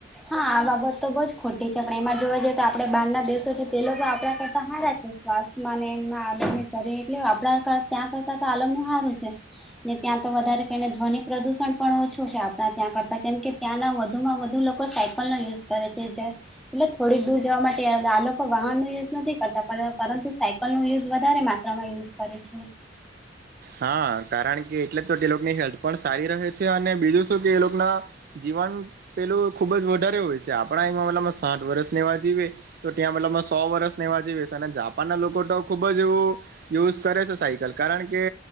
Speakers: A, in the centre; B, on the right (about 55°).
A: હા આ બાબત તો બહુ જ ખોટી છે પણ એમાં જોવા જઈએ તો આપણેે બહારના દેશો છે તે લોકો આપણા કરતા હારા છે સ્વાસ્થ મને એ આલમની શરી એટલે આપડા ત્યાં કરતા તો આલમું સારું છે. ને ત્યાં તો વધારે કને ધ્વનિ પ્રદુષણ પણ ઓછો છે આપડા ત્યાં કરતા કેમ કે ત્યાંના વધુમાં વધુ લોકો સાયકલ નો યુઝ કરે છે જે એટલે થોડીક દૂર જવા માટે આ લોકો વાહન ન યુઝ નથી કરતા પરંતુ સાઇ પણ યુઝ વધારે માત્રામાં યુઝ કરે છે
B: હા કારણ કે એટલે તો તે લોકોની હેલ્થ પણ સારી રહે છે અને બીજું શું કે એ લોકો ના જીવન પેલું ખુબ જ વધારે હોય છે આપણા અહીં મતલબમાં સાઠ વર્ષ ને એવા જીવે તો ત્યાં મતલબ સો વર્ષ એવા જીવે અને જાપાન ના લોકો તો ખુબ જ યુઝ કરે છે સાયકલ કારણ કે